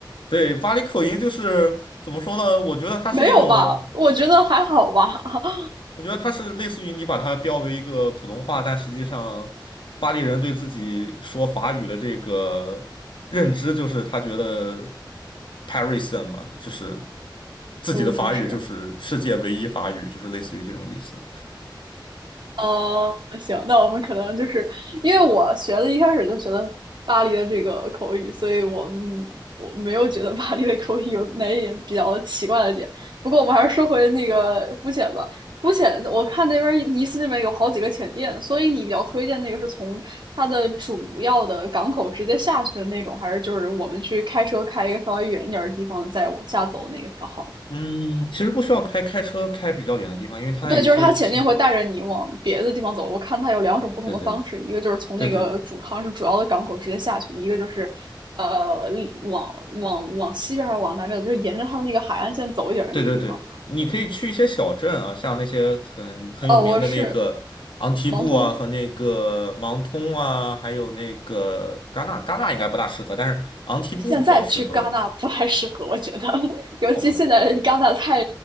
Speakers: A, on the left; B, on the right.
A: 对，巴黎口音就是怎么说呢？我觉得它是一种。
B: 没有吧？我觉得还好吧。<laughs>
A: 我觉得它是类似于你把它标为一个普通话，但实际上巴黎人对自己说法语的这个认知，就是他觉得 Parisian 嘛，就是自己的法语就是世界唯一法语，
B: 呃，不是，
A: 就是类似于这种意思。
B: 哦，行，那我们可能就是因为我学的一开始就学的巴黎的这个口语，所以我们我没有觉得巴黎的口语有哪一点比较奇怪的点。不过我们还是说回那个浮潜吧。浮潜，我看那边儿尼斯那边有好几个浅店，所以你比较推荐那个是从它的主要的港口直接下去的那种，还是就是我们去开车开一个稍微远一点儿的地方再往下走那个比较好呢？
A: 嗯，其实不需要开开车开比较远的地方，因为它有一些天，
B: 对，就是他前进会带着你往别的地方走。我看他有两种不同的方式，
A: 对对
B: 一个就是从那个主好像是主要的港口直接下去，
A: 对对对。
B: 一个就是呃往往往西边还是往南边走，就是沿着他的那个海岸线走一点的那个地方。
A: 对对对，你可以去一些小镇啊，像那些很很有名的那个昂提布啊，
B: 哦，我是盲通，
A: 和那个芒通啊，还有那个戛纳，戛纳应该不大适合，但是昂提布比较适合。
B: 现在去戛纳不太适合，我觉得，<laughs> 尤其现在戛纳太
A: 哦，